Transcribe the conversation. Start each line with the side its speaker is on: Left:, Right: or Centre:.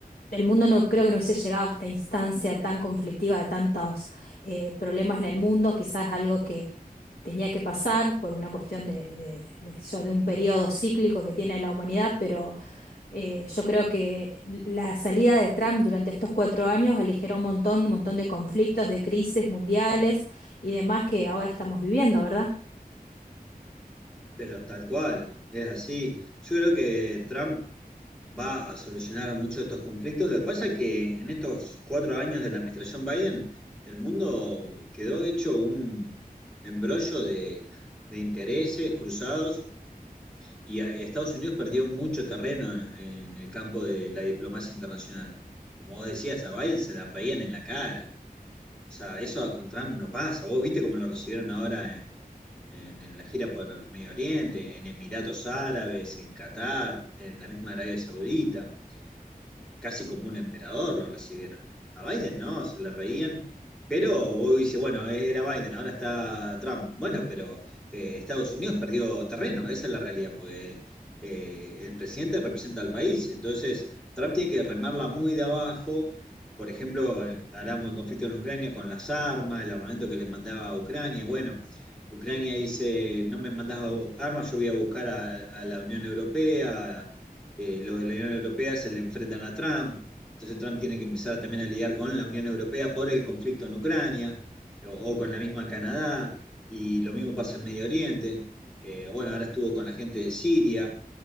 Left: el mundo no creo que no hubiese llegado a esta instancia tan conflictiva de tantos eh, problemas en el mundo, quizás algo que tenía que pasar por una cuestión de, de, de, qué sé yo, de un periodo cíclico que tiene la humanidad, pero eh, yo creo que la salida de Trump durante estos cuatro años aligeró un montón, un montón de conflictos, de crisis mundiales y demás que ahora estamos viviendo, ¿verdad?
Centre: Pero tal cual, es así. Yo creo que Trump va a solucionar muchos de estos conflictos. Lo que pasa es que en estos cuatro años de la administración Biden, el mundo quedó hecho un embrollo de de intereses cruzados Y a- Estados Unidos perdió mucho terreno en, en el campo de la diplomacia internacional. Como vos decías, a Biden se la reían en la cara. O sea, eso con Trump no pasa. Vos viste cómo lo recibieron ahora en, en- en la gira por Medio Oriente, en Emiratos Árabes, en Qatar, en la misma Arabia Saudita eh, casi como un emperador lo recibieron. A Biden no, se le reían, pero hoy dice, bueno, era Biden, ahora está Trump. Bueno, pero eh, Estados Unidos perdió terreno, esa es la realidad, porque eh, el presidente representa al país, entonces Trump tiene que remarla muy de abajo. Por ejemplo, eh, hablamos del conflicto en Ucrania con las armas, el armamento que le mandaba a Ucrania. Bueno, Ucrania dice, no me mandas armas, yo voy a buscar a, a la Unión Europea, eh, lo de la Unión Europea se le enfrentan a Trump, entonces Trump tiene que empezar también a lidiar con la Unión Europea por el conflicto en Ucrania o, o con la misma Canadá, y lo mismo pasa en Medio Oriente, eh, bueno, ahora estuvo con la gente de Siria,